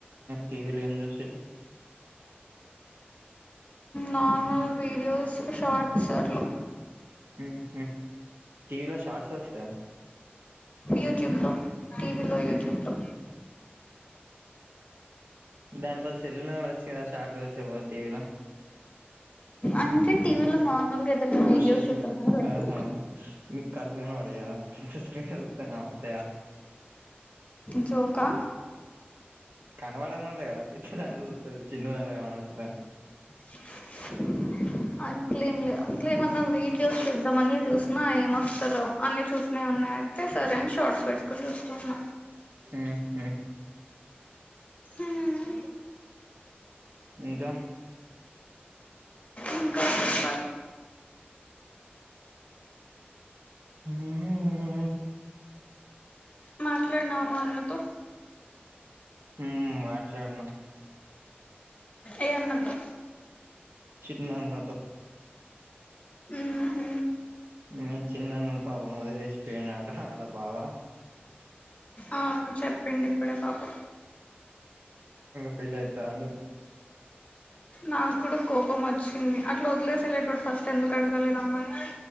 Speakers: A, on the right; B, on the left.
A: టీవీలో ఏం చేశారు
B: నార్మల్ వీడియోస్ షార్ట్స్ అట్లా
A: ఉ హు టీవి లో షార్ట్ లు వస్తాయా
B: యూట్యూబ్ లో టీవీలో యూట్యూబ్లో
A: దానికి బదులు సెల్లు కూడా చుడవచ్చు కదా షార్ట్లు చూసే టీవీలో
B: అంటే టీవీలో నార్మల్ గా ఏదైనా వీడియోస్
A: షర్ట్
B: చూద్దామని పెట్టా
A: ఆ మీకు కళ్ళ కనబడయా స్క్రీన్ చూస్తున్నావా అంతేగా
B: జోకా
A: కనబడని వాళ్లే కదా పెద్దదాంట్లో చిన్న దాంట్లో కనబడుటలేదని
B: వర్షం సౌండ్
A: వర్షం సౌండ్
B: అట్లేం లేదు అట్లే ఏమన్నా వీడియోస్ చూద్దాంమని చూసినా ఏమ వస్తలేవు అన్ని చూసిననే ఉన్నాయి అయితే సరే అని షార్ట్స్ పెట్టుకొని చూస్తున్న
A: ఉ హు
B: హ్మ్
A: ఇంకా
B: ఇంకా చెప్పాలి
A: ఉ ఉఊ
B: మాట్లాడినావ మా అన్నతో
A: ఉ మాట్లాడీన
B: ఏ అన్నతో
A: చిన్న అన్నా తో
B: ఉ హు
A: మీ చిన్న అన్న ని పాపం ఓదిలేసిపోయినాంట అలా బావా
B: అవును చెప్పండి ఇప్పుడే పాపం
A: ఫీల్ అయితాండు
B: నాకు కూడా కోపం వచ్చింది అట్లా వదిలేస వెళ్ళేటప్పుడు ఫస్ట్ ఎందుకు అడగాలి రమ్మని